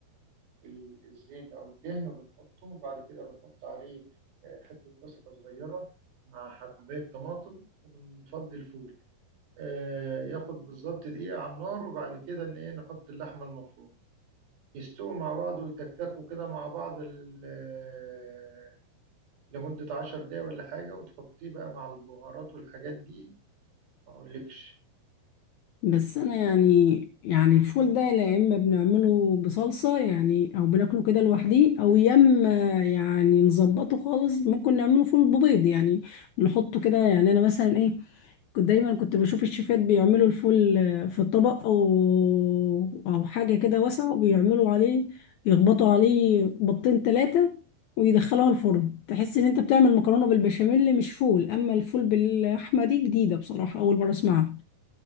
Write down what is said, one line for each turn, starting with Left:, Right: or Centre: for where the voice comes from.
Right: ال- الزيت أو الدهن وبنحطه وبعد كده بنحط عليه آه، حتة بصلة صغيرة مع حباية طماطم ونفضي الفول آه، ياخد بالظبط دقيقة على النار وبعد كده إن إيه نحط اللحمة المفرومة يستووا مع بعض ويتكتكوا كده مع بعض ال- آه، لمدة عشر دقايق ولا حاجة وتحطيه بقى مع البهارات والحاجات دي ما أقولكش
Left: بس أنا يعني يعني الفول ده يا إما بنعمله بصلصة يعني أو بناكله كده لوحديه أو يا إما يعني نظبطه خالص ممكن نعمله فول ببيض يعني نحطه كده يعني أنا مثلا إيه كنت دايما كنت بشوف الشيفات بيعملوا الفول في الطبق او او حاجه كده واسعه وبيعملوا عليه يخبطوا عليه بيضتين ثلاثه ويدخلوها الفرن تحس ان انت بتعمل مكرونه بالبشاميل مش فول اما الفول باللحمه دي جديده بصراحه اول مره اسمعها